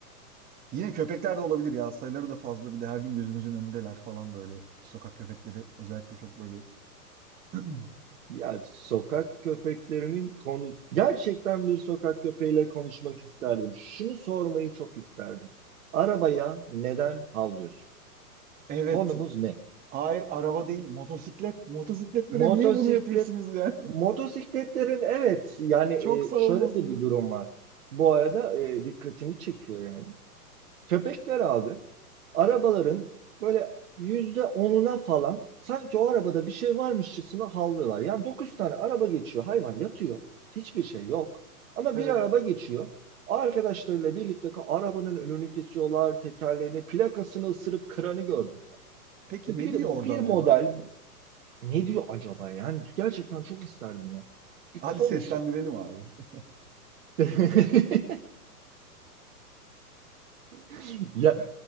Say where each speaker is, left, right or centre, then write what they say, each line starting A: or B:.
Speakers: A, on the right (about 20°); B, on the right (about 60°).
A: Yine köpekler de olabilir ya. Sayıları da fazla. Bir de her gün gözümüzün önündeler falan böyle. Sokak köpekleri özellikle çok böyle. <clears throat>
B: Ya sokak köpeklerinin konu gerçekten bir sokak köpeğiyle konuşmak isterdim. Şunu sormayı çok isterdim. Arabaya neden havlıyorsun?
A: Evet.
B: Konumuz ne?
A: Hayır araba değil. Motosiklet. Motosikletlere
B: Motosiklet
A: niye bunu yapıyorsunuz yani?
B: motosikletlerin evet yani
A: <laughs>
B: e,
A: Çok savunmasızız.
B: şöyle de bir durum var. Bu arada e, dikkatimi çekiyor yani. Köpekler abi arabaların böyle yüzde onuna falan sanki o arabada bir şey varmışçasına havlıyorlar. Yani dokuz tane araba geçiyor hayvan yatıyor. Hiçbir şey yok. Ama
A: Evet.
B: bir araba geçiyor. Arkadaşlarıyla birlikte arabanın önünü kesiyorlar, tekerlerini, plakasını ısırıp kıranı gördüm.
A: Peki
B: Ya.
A: ne
B: Bir,
A: diyor orada
B: bir
A: acaba?
B: model ne diyor acaba? Yani gerçekten çok isterdim ya. Bir
A: Hadi
B: konuşup
A: seslendirelim abi. <laughs>
B: <laughs> <laughs> Ya